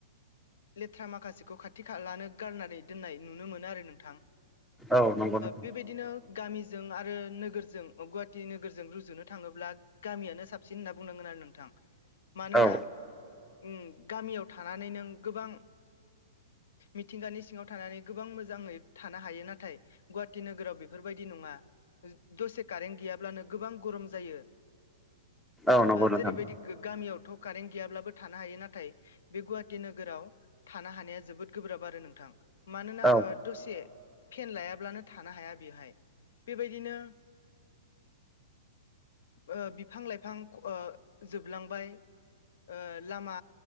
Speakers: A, on the left; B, in the centre.
A: लेथ्रा माखासेखौ खाथि खा लानो गारनानै दोननाय नुनो मोनो आरो नोंथां।
B: औ नंगौ नोंथां
A: बेबायदिनो गामिजों आरो नोगोरजों गुवाहाटि नोगोरजों रुजुनो थाङोब्ला गामियानो साबसिन होनना बुंनांगोन आरो नोंथां मानोना
B: औ
A: ओम गामियाव थानानै नों गोबां मिथिंगानि सिङाव थानानै गोबां मोजाङै थानो हायो नाथाय गुवाहाटि नोगोराव बेफोरबायदि नङा दसे कारेन्ट गैयाब्लानो गोबां गरम जायो
B: औ नंगौ
A: जेरैबायदि
B: नोंथां
A: गामियावथ' कारेन्ट गैयाब्लाबो थानो हायो नाथाय बे गुवाहाटि नोगोराव थानो हानाया जोबोद गोब्राब आरो नोंथां। मानोना
B: औ
A: ओ दसे फेन लायाब्लानो थानो हाया बेवहाय बेबायदिनो ओ बिफां लाइफां जोबलांबाय ओ लामा